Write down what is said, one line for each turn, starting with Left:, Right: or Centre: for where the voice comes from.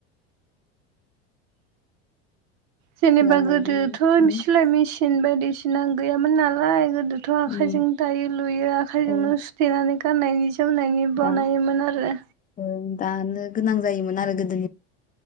Right: जेनेबा
Left: गाननाय
Right: गोदोथ'
Left: जोमनाय उम
Right: सिलाय मेसिन बायदिसिना गैयामोन नालाय गोदो थ आखाइजों
Left: उम
Right: दायो लुयो आखाइजोंनो
Left: औ
Right: सुथेनानै गाननायनि जोमनायनि
Left: दा
Right: बानायोमोन आरो
Left: ओं दानो गोनां जायोमोन आरो गो